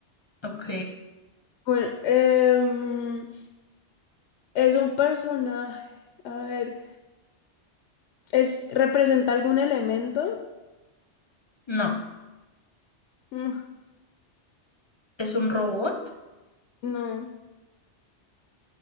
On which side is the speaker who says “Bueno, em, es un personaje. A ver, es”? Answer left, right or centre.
Left